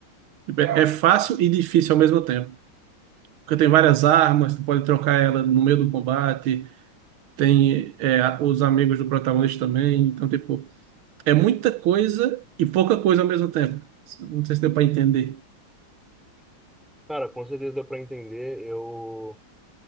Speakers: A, on the right; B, in the centre.
A: Tipo, É é fácil e difícil ao mesmo tempo. Porque tem várias armas, tu pode trocar ela no meio do combate, tem é, a- os amigos do protagonista também. Então, tipo, é muita coisa e pouca coisa ao mesmo tempo. Não sei se deu pra entender.
B: Cara, com certeza deu pra entender. Eu,